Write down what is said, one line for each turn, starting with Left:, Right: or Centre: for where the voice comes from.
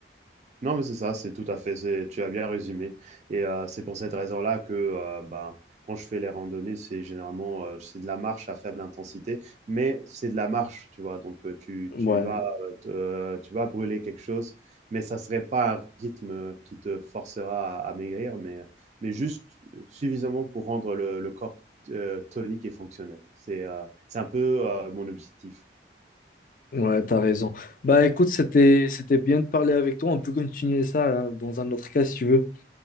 Right: Non, mais c'est ça, c'est tout à fait, c'est tu as bien résumé et heu, c'est pour cette raison-là que, heu, ben, quand je fais les randonnées, c'est généralement, heu, c'est de la marche à faible intensité, mais c'est de la marche, tu vois? Donc heu, tu
Left: Ouais.
Right: tu vas, heu, te euh, tu vas brûler quelque chose, mais ça serait pas un rythme, qui te forcera à à maigrir, mais mais juste, suffisamment pour rendre le le corps, heu, tonique et fonctionnel. C'est, heu, c'est un peu, heu, mon objectif.
Left: Ouais, t'as raison. Bah écoute, c'était c'était bien de parler avec toi. On peut continuer ça hein, dans un autre cas si tu veux.